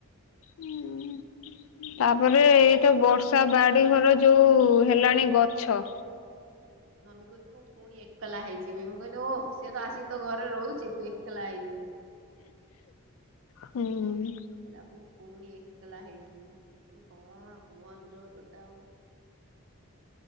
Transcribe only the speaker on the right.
ହୁଁ
ପଳେଇବି
ମମି କହୁଛି
ଖାଲି ମୁଁ
ମମି
କହୁଛି ମୁଁ
ପୁଣି ମମି କହୁଛି ମୁଁ ପୁଣି ଏକଲା ହେଇଛି ମମି କହିଲେ ଓ ସିଏ ତ ଆସିକି ତୋ ଘରେ ରହୁଛି ତୁ ଏକଲା ହେଇ ଯିବୁ଼।
କଇଲା ମୁଁ ଫୁଣି ପୁଣି ଏକଲା ହେଇଯିମି ମୁଁ କଇଲି କଣ କୁହନ୍ତି ଲୋ ତୋତେ ଆଉ।